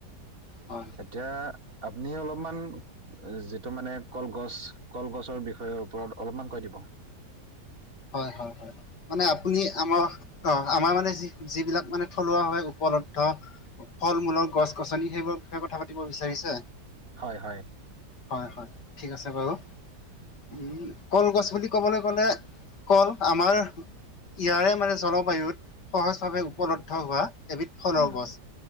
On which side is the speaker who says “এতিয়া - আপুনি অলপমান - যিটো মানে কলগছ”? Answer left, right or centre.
Right